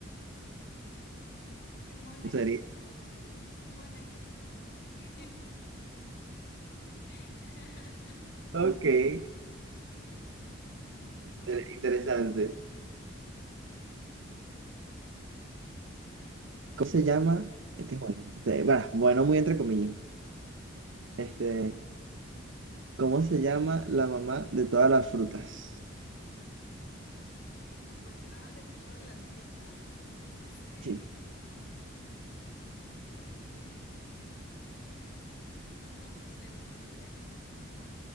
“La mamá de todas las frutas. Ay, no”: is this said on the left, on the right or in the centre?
Left